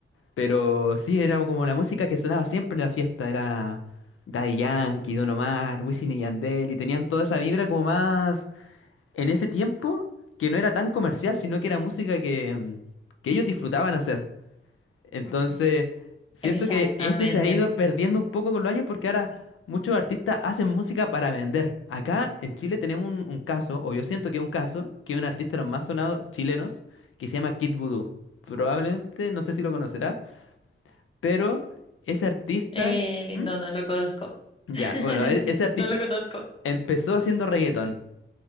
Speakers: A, on the left; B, on the left.
A: Pero sí, era como la música que sonaba siempre en la fiesta, era Daddy Yankee, Don Omar, Wisin y Yandel, y tenían toda esa vibra como más en ese tiempo que no era tan comercial, sino que era música que, mm, que ellos disfrutaban hacer. Entonces, siento
B: exactamente.
A: que eso se ha ido perdiendo un poco con los años porque ahora muchos artistas hacen música para vender. Acá en Chile tenemos un, un caso, o yo siento que es un caso, que es un artista de los más sonados chilenos, que se llama Kid Voodoo. Probablemente, no sé si lo conocerá, pero ese artista...
B: Eh,
A: ¿Mm?
B: no, no lo conozco.
A: Ya,
B: <laughs>
A: bueno, e- ese artista
B: No lo conozco.
A: empezó haciendo reggaetón